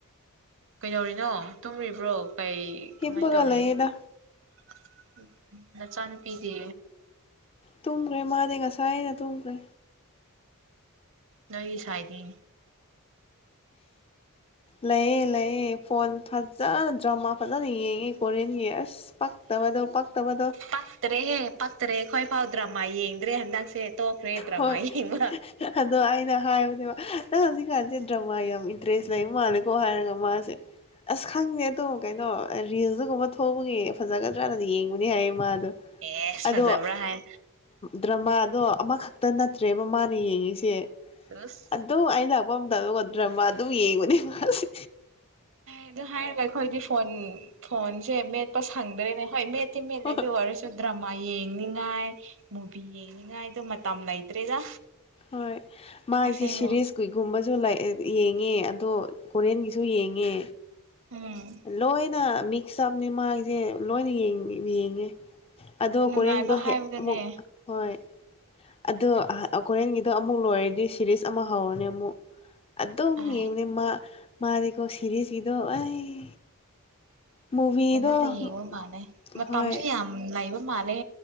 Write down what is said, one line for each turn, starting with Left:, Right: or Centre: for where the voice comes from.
Right: ꯀꯩꯗꯧꯔꯤꯅꯣ ꯇꯨꯝꯔꯤꯕ꯭ꯔꯣ ꯀꯩ ꯀꯃꯥꯏ
Left: ꯍꯤꯞꯄꯒ
Right: ꯇꯧꯔꯤ
Left: ꯂꯩꯌꯦꯗ
Right: ꯎꯝ ꯅꯆꯥꯅꯨꯄꯤꯗꯤ
Left: ꯇꯨꯝꯈ꯭ꯔꯦ ꯃꯥꯗꯤ ꯉꯁꯥꯏꯅ ꯇꯨꯝꯈ꯭ꯔꯦ
Right: ꯅꯣꯏ ꯁꯥꯏꯗꯤ
Left: ꯂꯩꯌꯦ ꯂꯩꯌꯦ ꯐꯣꯟ ꯐꯖꯅ ꯗ꯭ꯔꯃꯥ ꯐꯖꯅ ꯌꯦꯡꯉꯦ ꯀꯣꯔꯤꯌꯟꯒꯤ ꯑꯁ ꯇꯕ ꯑꯗꯨ ꯄꯛꯇꯥꯕ
Right: ꯄꯛꯇꯔꯦꯍꯦ ꯄꯛꯇꯔꯦ ꯑꯩꯈꯣꯏꯐꯥꯎ ꯗ꯭ꯔꯃꯥ ꯌꯦꯡꯗ꯭ꯔꯦ ꯍꯟꯗꯛꯁꯦ ꯇꯣꯛꯈ꯭ꯔꯦ ꯗ꯭ꯔꯃꯥ
Left: ꯍꯣꯏ
Right: ꯌꯦꯡꯕ꯫
Left: ꯑꯗꯣ ꯑꯩꯅ ꯍꯥꯏꯕꯅꯦꯕ ꯅꯪ ꯍꯧꯖꯤꯛꯀꯥꯟꯁꯦ ꯗ꯭ꯔꯃꯥ ꯌꯥꯝ ꯏꯟꯇꯔꯦꯁ ꯂꯩꯕ ꯃꯥꯅꯤꯀꯣ ꯍꯥꯏꯔꯒ ꯃꯥꯁꯦ ꯑꯁ ꯈꯪꯗꯦ ꯑꯗꯨꯝ ꯀꯩꯅꯣ ꯔꯤꯜꯁꯒꯨꯝꯕ ꯊꯣꯛꯄꯒꯤ ꯐꯖꯒꯗ꯭ꯔꯅ ꯌꯦꯡꯕꯅꯤ ꯍꯥꯏꯌꯦ ꯃꯥꯗꯣ
Right: ꯑꯦꯁ
Left: ꯑꯗꯣ
Right: ꯐꯖꯕ꯭ꯔꯥ ꯍꯥꯏ
Left: ꯗ꯭ꯔꯃꯥꯗꯣ ꯑꯃꯈꯛꯇ ꯅꯠꯇ꯭ꯔꯦꯕ ꯃꯥꯅ ꯌꯦꯡꯉꯁꯦ꯫
Right: ꯇꯁ!
Left: ꯑꯗꯨꯝ ꯑꯩꯩꯅ ꯂꯥꯛꯄ ꯃꯇꯝꯗꯣ ꯗ꯭ꯔꯃ ꯑꯗꯨꯝ ꯌꯦꯡꯉꯨꯅꯦ ꯃꯥꯁꯦ꯫
Right: ꯑꯗꯨ ꯍꯥꯏꯔꯒ ꯑꯩꯈꯣꯏꯗꯤ ꯐꯣꯟ ꯐꯣꯟꯁꯦ ꯃꯦꯠꯄ ꯁꯪꯗ꯭ꯔꯦꯅꯦ ꯍꯣꯏ ꯃꯦꯠ ꯇ ꯃꯦ
Left: ꯍꯣꯏ
Right: ꯗꯤꯋꯥꯔ ꯁꯨꯗ꯭ꯔꯃ ꯌꯦ꯫ ꯌꯦꯡꯅꯤꯡꯉꯥꯏ ꯃꯨꯚꯤ ꯌꯦꯡꯅꯤꯡꯉꯥꯏꯗ ꯃꯇꯝ ꯂꯩꯇ꯭ꯔꯦꯗ
Left: ꯍꯣꯏ ꯃꯥꯏꯁꯦ
Right: ꯑꯁꯦꯡꯕ
Left: ꯁꯦꯔꯤꯁ ꯀꯨꯏ ꯨꯝꯕꯁꯨ ꯌꯦꯡꯉꯦ ꯑꯗꯣ ꯀꯣꯔꯤꯌꯟꯒꯤꯁꯨ ꯌꯦꯡꯉꯦ
Right: ꯎꯝ
Left: ꯂꯣꯏꯅ ꯃꯤꯛꯁ ꯑꯞꯅꯤ ꯃꯥꯒꯤꯁꯦ ꯂꯣꯏꯅ ꯌꯦꯡꯉ꯫ ꯌꯦꯡꯉꯦ ꯑꯗꯣ
Right: ꯅꯨꯡꯉꯥꯏꯕ
Left: ꯀꯣꯔꯦꯟꯗꯣ
Right: ꯍꯥꯏꯕꯗꯅꯦ
Left: ꯍꯦꯛ ꯑꯃꯨꯛ ꯍꯣꯏ ꯑꯗꯣ ꯑꯩꯈꯣꯔꯦꯟꯒꯤꯗꯣ ꯑꯃꯨꯛ ꯂꯣꯏꯔꯗꯤ ꯁꯤꯦꯔꯤꯁ ꯑꯃ ꯍꯧꯔꯅꯦ ꯑꯃꯨꯛ ꯑꯗꯨꯝ
Right: ꯑꯥꯏ
Left: ꯌꯦꯡꯅꯦꯃꯥ ꯃꯥꯔꯤ ꯀꯧꯕ ꯁꯔꯤꯁꯀꯤꯗꯣ ꯑꯩ ꯃꯨꯚꯤꯗꯣ
Right: ꯐꯖꯅ ꯌꯦꯡꯉꯨ ꯃꯥꯜꯂꯦ ꯃꯇꯝꯁꯨ
Left: ꯍꯣꯏ
Right: ꯌꯥꯝ ꯂꯩꯕ ꯃꯥꯜꯂꯦ